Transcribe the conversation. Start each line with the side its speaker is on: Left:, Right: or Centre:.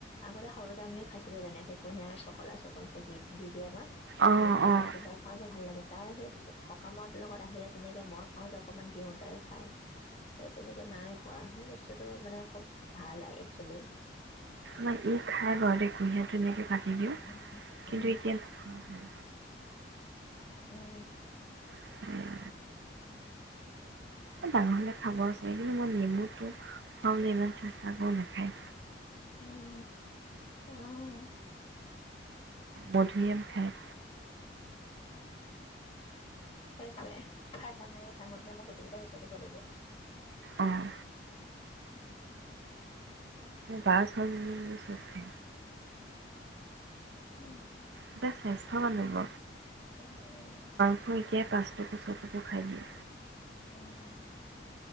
Left: আগতে সৰুতে আমিও খাইছিলো যেনেকে কুঁহিয়াৰ চকলা চকলকে দি দি দিয়া বা
Right: অঁ অঁ
Left: তেনেকে চোবাই
Right: অঁ
Left: চোবাই খাওঁ যে ভাল লাগে তাই সেই সকামত লগত আহিলে তেনেকে মই খাওঁ যে অকমান দিওঁ তাইও খাই সেই তেনেকে নাই পোৱা সেই বস্তুটো মানে খুব ভাল একচোৱেলি
Right: ম ই খাই বাৰু দে কুঁহিয় ধুনকে কাটি দিওঁ
Left: উম
Right: কিন্তু
Left: উম
Right: এতিয়া হয়
Left: উম
Right: হ'ল ডাঙৰ হলে খাবচাৰ কিন্তু মই নেমুটো খুৱাবলৈ ইমান চেষ্টা কৰো নাখায়
Left: উম আহ
Right: মধুৰীআম খায়
Left: সেইটোৱে খাই মাৰিও খাই মে মাক গোটেই কেইটা বচাই দিব লাগিব
Right: অঁ বাছ চখে
Left: উম
Right: এতিয়া শ্ৰেষ্ঠ মানব
Left: উম উম
Right: শইকীয়াই পাঁচটো গোচৰটুকু খাই দিয়ে
Left: উম